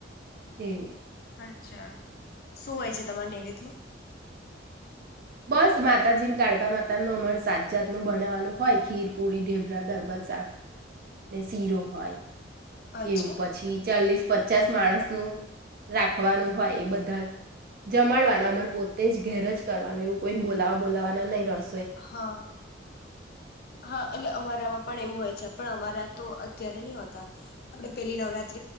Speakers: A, on the right; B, on the left.
A: એવું.
B: અચ્છા શું હોય છે તમારા નિવિદમાં
A: બસ માતાજીને કાળકા માતા ન અમર સાતજાતનુંું બનાવાનું હોય ખીર પૂરી ઢેબરા દરબજ શાક ને શીરો હોય.
B: અચ્છા
A: એવું પછી ચાલીસ પ પચાસ માણસ નું રાખવાનું હોય એ બધા જ જમાડવાના અમાર પોતે જ ઘેરજ કરવાનું એવું કોઈને બોલાવા બોલાવાના નહી.
B: હા હા એટલે અમારામાં પણ એવું હોય છે. પણ અમારા તો અત્યારે નહી હોતા આપે પેલી નવરાત